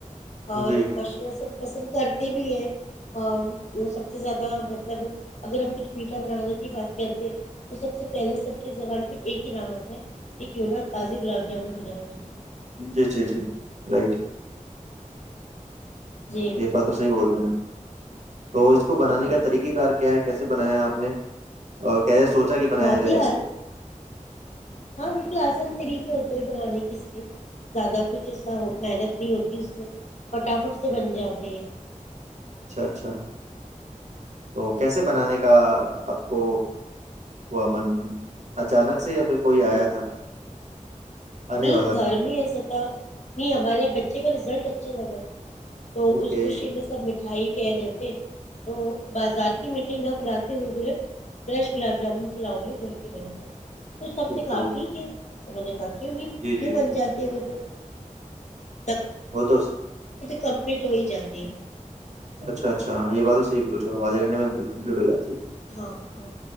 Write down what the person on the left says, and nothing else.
اور
ماشاء اللہ سب پسند کرتے بھی ہیں وہ سب سے زیادہ مطلب اگر ہم کچھ میٹھا بنانے کی بات کرتے ہیں تو سب سے پہلے سب کے زبان پہ ایک ہی نامت ہے کہ کیوں نہ تازی گلاب جامن بنایں جی
جی
جی
بہت
ہی
ہاں بالک آسان طریقے ہوتے ہیں بنانے کے اس کے زیادہ کچھ ایسا محنت نہیں ہوتی اس میں پٹافٹ سے بن جاتے ہیں
نہیں
گھر
میں ایسا نہیں ہمارے یہاں بچے کا رزلٹ اچ ج نگر تو
اس خوشی میں سب مٹھائی کہ رہے تھے تو بازار کی مٹھائی نہ بھلاتے ہوئے بولے فریش گلاب جامن کھلاؤ بولے گھر کے بنئے تو سب
نے کہا ٹھیک ہے م نے کر کیوں نہیں
وں
بن جاتے وہ تو <inaudible>
کمپلیٹ ہو ہی جاتی ہے
جی
ہاں ہاں